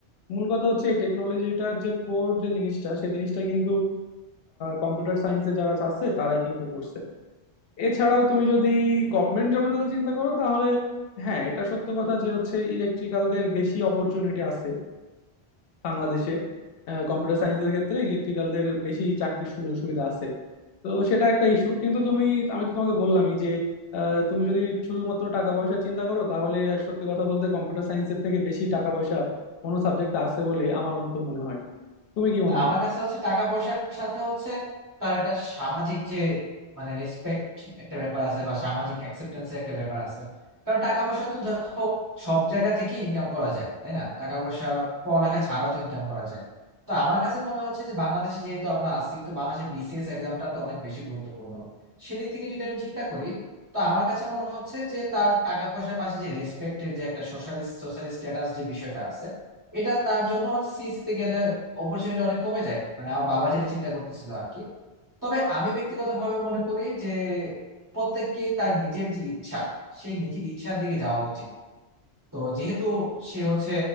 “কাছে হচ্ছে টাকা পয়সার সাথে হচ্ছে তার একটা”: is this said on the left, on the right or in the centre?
Right